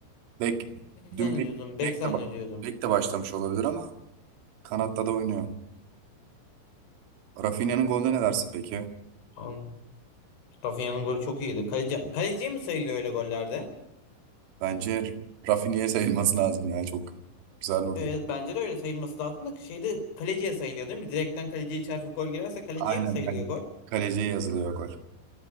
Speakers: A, on the right; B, on the left.
A: bek
B: zannediyordum.
A: dün bek,
B: Bek
A: bek
B: zannediyordum.
A: de ba- bek de başlamış olabilir ama kanatta da oynuyor. Rafinha'nın golüne ne dersin peki?
B: Anladım. Rafinha'nın golü çok iyiydi. Kaleci, kaleciye mi sayılıyor öyle gollerde?
A: Bence Rafinha'ya sayılması lazım ya çok güzel vurdu.
B: Evet, bence de öyle sayılması lazım da şeyde kaleciye sayılıyor değil mi? Direkten kaleciye çarpıp gol girerse kaleciye
A: Aynen.
B: mi sayılıyor gol?
A: Kaleciye yazılıyor gol.